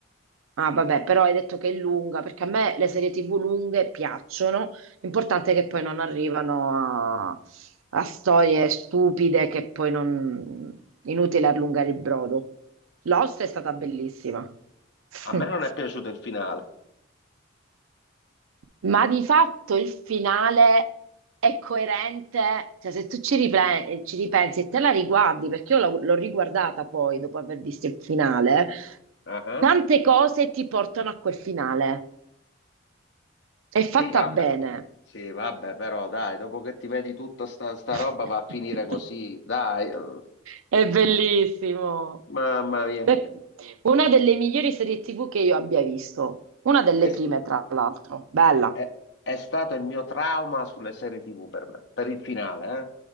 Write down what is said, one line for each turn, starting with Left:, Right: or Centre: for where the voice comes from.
Right: Ah, vabbè, però hai detto che è lunga, perché a me le serie TV lunghe piacciono. L'importante è che poi non arrivano a, a storie stupide che poi non... Inutile allungare il brodo. Lost è stata bellissima.
Left: A me
Right: <laughs>
Left: non è piaciuto il finale.
Right: Ma di fatto il finale è coerente, cioè se tu ci, ripre- ci ripensi e te la riguardi, perché io l'ho l'ho riguardata poi dopo aver visto il finale,
Left: Ah,
Right: tante cose ti portano a quel finale. È fatta
Left: Sì, vabbè.
Right: bene.
Left: Sì, vabbè, però dai, dopo che ti vedi tutta sta, sta
Right: <laughs>
Left: roba va a finire così, dai. eh.
Right: È bellissimo.
Left: Mamma mia.
Right: Beh, una delle migliori serie TV che io abbia visto, una delle
Left: E-
Right: prime tra l'altro, bella.
Left: È, è stato il mio trauma sulle serie TV per me, per il finale, eh.